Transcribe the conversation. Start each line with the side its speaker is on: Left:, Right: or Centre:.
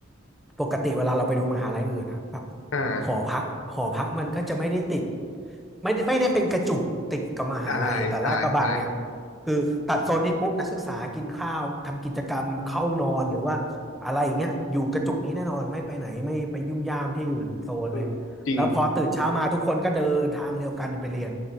Centre: ปกติเวลาเราไปดูมหาลัยอื่นอะแบบ
Left: อ่า
Centre: หอพักหอพักมันก็จะไม่ได้ติดไม่ได้ไม่ได้เป็นกระจุกติดกับมหาลัยแต่ลาดกระบังเนี่ย
Left: ใช่ใช่ใช่
Centre: คือตัดโซนนี้ปุ๊บนักศึกษากินข้าวทำกิจกรรมเข้านอนหรือว่าอะไรอย่างเงี้ยอยู่กระจุกนี้แน่นอนไม่ไปไหนไม่ไปยุ่มย่ามที่อื่นโซนเลยแล้วพอตื่นเช้ามาทุกคนก็เดินทางเดียวกันไปเรียน
Left: เออจริง